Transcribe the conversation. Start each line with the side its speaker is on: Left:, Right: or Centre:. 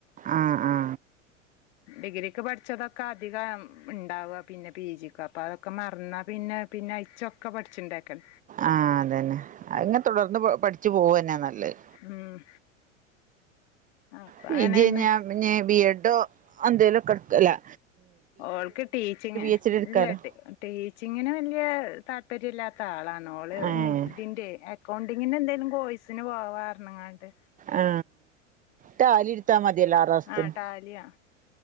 Right: ആ ആ
Left: ഡിഗ്രിക്ക് പഠിച്ചതൊക്കെ അധികം ഉണ്ടാവുക പിന്നെ പി ജി ക്ക് അപ്പൊ അതൊക്കെ മറന്നാപിന്നെ. പിന്നെ അയിച്ചൊക്കെ പഠിച്ചുണ്ടാക്കൻ.
Right: ആഹ്‌ അതന്നെ. അങ്ങനെ തുടർന്നു പ പഠിച്ചു പോവുകതന്നെയാ നല്ലത്.
Left: ഉം അപ്പൊ
Right: പി
Left: അങ്ങനെന്നെ
Right: ജി യൊ ഞാൻ പിന്നെ ബി എഡോ അന്തേലുക്കെടുത്തല്ലാ.
Left: ഓൾക്ക് ടീച്ചിങ്ങ്
Right: എച്ച് ഡി എടുക്കാലോ
Left: ഇല്ലാട്ട് ടീച്ചിങ്ങിന് വലൃ താല്പര്യം ഇല്ലാത്ത ആളാണ് ഓള്
Right: ഏഹ്
Left: ഇനി ഇതിന്റെ അക്കൗണ്ടിങ്ങിന് എന്തേലും കോഴ്സിന് പോവാരണങ്ങാണ്ട്.
Right: ആ ടാലി എടുത്താമതിയല്ലോ ആറുമാസത്തിന്.
Left: ആ ടാലിയാ